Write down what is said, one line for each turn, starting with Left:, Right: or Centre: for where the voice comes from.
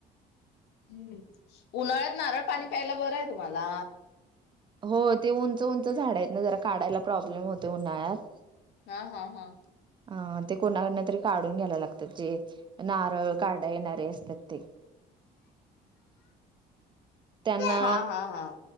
Left: हुं उन्हाळ्यात नारळ पाणी प्यायला बरंयं तुम्हाला.
Right: हों तें उंच उंच झाडयतेंना नां जरा काढायला प्रॉब्लेम होतोय उन्हाळ्यात.
Left: हां हां हां.
Right: अं तें कोणाकंडन तरी काढून घ्यायला लागतात ते नारळ काढाय येणारे असतात तें. त्यांना
Left: हा हा हा